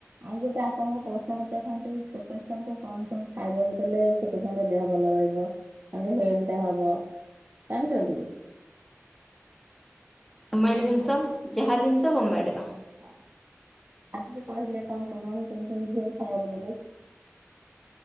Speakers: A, on the right (about 45°); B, in the centre.
A: ଆଉ ଗୋଟେ ଆପଣଙ୍କୁ ପ୍ରଶ୍ନ ପଚାରିଥାନ୍ତି ଛୋଟ ଛୁଆଙ୍କୁ କଣ କଣ ଖାଇବାକୁ ଦେଲେ ତାଙ୍କ ଦେହ ଭଲ ରହିବ ତାଙ୍କ ହେଲଟ ହବ ଜାଣିଛନ୍ତି କି?
B: ହମେଡ଼୍ ଜିନିଷ
A: ହାଲୋ
B: ଯାହା ଜିନିଷ ହୋମେଡ଼ର।
A: ଆଉ ଟିକେ କହିଲେ କଣ କଲ ସେମିତି ଝିଅକୁ ଖାଇବାକୁ ଦେଲେ